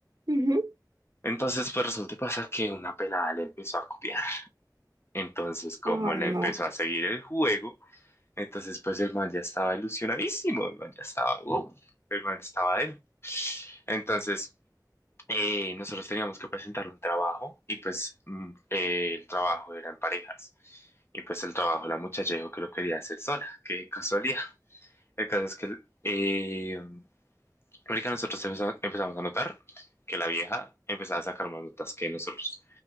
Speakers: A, on the right; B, on the left.
A: ujú.
B: Entonces, pues resulta y pasa que una pelada le empezó a copiar. Entonces, como
A: Ay,
B: le empezó
A: no.
B: a seguir el juego, Entonces, pues el man ya estaba ilusionadísimo, el man ya estaba, uh, el man estaba él. Entonces, eh, nosotros teníamos que presentar un trabajo y pues mm, eh, el trabajo era en parejas. Y pues el trabajo, la muchacha dijo que lo quería hacer sola, qué casualidad. El caso es que eh, Marica, nosotros empeza- empezamos a notar que la vieja empezaba a sacar más notas que nosotros.